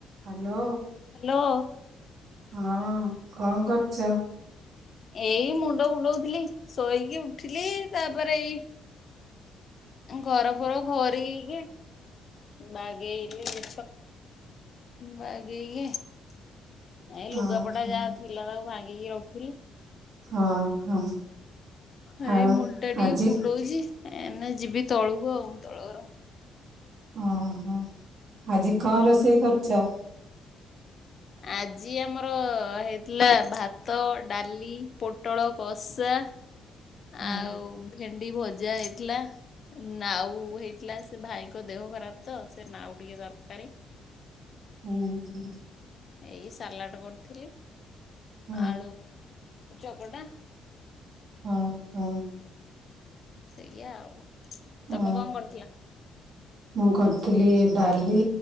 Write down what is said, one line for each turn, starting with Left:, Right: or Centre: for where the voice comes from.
Right: Hello.
Left: Hello.
Right: ହଁ କଣ କରୁଛ?
Left: ଏଇ ମୁଣ୍ଡ ବୁଲଉଥିଲି ଶୋଇକି ଉଠିଲି ତାପରେ ଏଇ ଘର ଫର ଘର ହେଇକି। ବାଗେ <unintelligible> ବାଗେଇକି ନାଇ
Right: ହଁ
Left: ଲୁଗାପଟା
Right: ହଁ
Left: ଯାହା ଥିଲା ତାକୁ ଭା ଇରପିଲ୍।
Right: ହଁ ହଁ।
Left: ଏଇ
Right: ଆଉ
Left: ମୁଣ୍ଟା ଟିକେ
Right: ଆଜି
Left: କୁଣ୍ଡଉଛି। ଯିବି ତଳକୁ ଆଉ ତଳରୁ।
Right: ଓହୋ ଆଜି କଣ ରୋଷେଇ କରିଛ।
Left: ଆଜି ଆମର ହେଇଥିଲା ଭାତ ଡାଲି ପୋଟଳ କଷା।
Right: ହଁ
Left: ଆଉ ଭେଣ୍ଡି ଭଜା ହେଇଥିଲା ନାଉ ହେଇଥିଲା ସେ ଭାଇଙ୍କ ଦେହ ଖରାପ ତ ସେ ନାଉ ଟିକେ ଦରକାରୀ।
Right: ହୁଁ ହ ହୁଁ
Left: ଏଇ ସାଲାଟ କରିଥିଲି।
Right: ହଁ
Left: ଆଳୁ ଚକଟା
Right: ହଁ ହଁ
Left: ସେଇଆ ଆଉ ତମେ
Right: ଓ
Left: କଣ କରିଥିଲ?
Right: ମୁଁ କ ଥିଲି ଡାଲି